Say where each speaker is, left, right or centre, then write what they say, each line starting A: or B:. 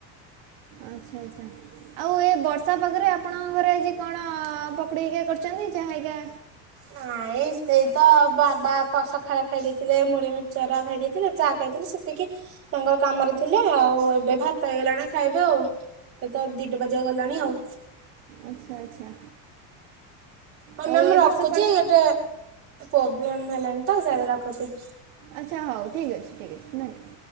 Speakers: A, on the right; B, on the right.
A: ଆଚ୍ଛା ଆଚ୍ଛା। ଆଉ ଏ ବର୍ଷା ପାଗରେ ଆପଣଙ୍କ ଘରେ ଆଜି କଣ ପକୁଡ଼ି ଘରିକା କରିଛନ୍ତି ଚାହା ଘରିକା।
B: ନାଇଁ ସେଇ ତ ବାପା ପ ସକାଳେ ଖାଇ ଦେଇଥିଲେ ମୁଢି ମିକ୍ସଚର ଖାଇ ଦେଇେଥିଲେ ଚା। ଖାଇଥିଲି ସେତିକି ତାଙ୍କର କାମରେ ଥିଲେ ଆଉ ଏବେ ଭାତ ହେଇଗଲାଣି ଖାଇବେ ଆଉ। ଏ ତ ଦିଟା ବଜିବାକୁ ଗଲାଣି ଆଉ।
A: ଆଚ୍ଛା ଆଚ୍ଛା।
B: ହଁ
A: ଆଉ
B: ମ୍ୟାମ୍
A: ଏ
B: ରଖୁଛି
A: ବର୍ଷ କୁଆଡ଼େ
B: ଗୋଟେ ପ୍ରୋବ୍ଲେମ୍ ହେଲାଣିି ତ ସାଡେ ରଖୁଛି‌।
A: ଆଚ୍ଛା ହଉ ଠିକ୍ ଅଛି ଠିକ୍ ଅଛି ଧନ୍ୟବାଦ।